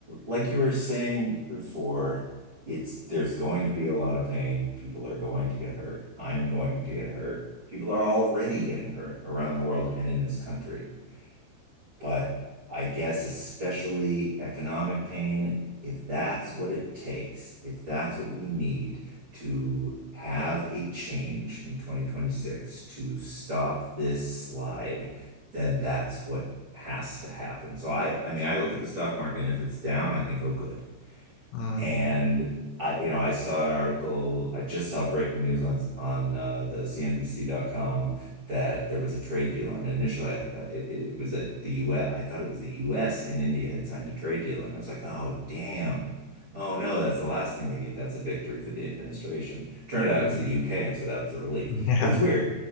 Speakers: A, on the right; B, on the left.
A: like you were saying before, it's there's going to be a lot of pain. People are going to get hurt. I'm going to get hurt. People are already getting hurt around the world and in this country. But I guess especially economic pain, if that's what it takes, if that's what we need to have a change in 2026 to stop this slide, then that's what has to happen. So I, I mean, I look at the stock market and if it's down, I think, oh, good.
B: Mm,
A: And I, you know, I saw an article, I just saw breaking news on on uh, the C N B C dot com that there was a trade deal. And initially, I, th- it, it was that the US, thought it was the US and India had signed a trade deal. And I was like, oh, damn. Oh, no, that's the last thing we need. That's a victory for the administration. Turned out it
B: mm,
A: was the UK. And so that was a relief.
B: <laughs> yeah,
A: It's weird.